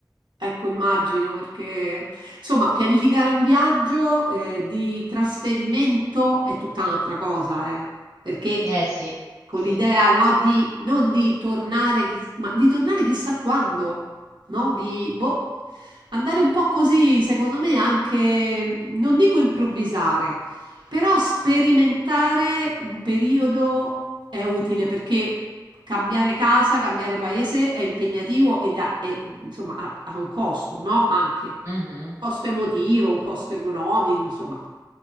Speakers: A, on the right; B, on the right.
A: Ecco, immagino, perché insomma, pianificare un viaggio, eh, di trasferimento è tutta un'altra cosa, eh, perché
B: Eh sì,
A: con
B: sì.
A: l'idea, no, di non di tornare, chiss- ma di tornare chissà quando, no? Di boh, andare un po' così, secondo me, anche, non dico improvvisare, però sperimentare un periodo è utile perché cambiare casa, cambiare paese è impegnativo e, da- e, insomma ha, ha un costo, no? Anche
B: mhm.
A: costo emotivo, un costo economico, insomma,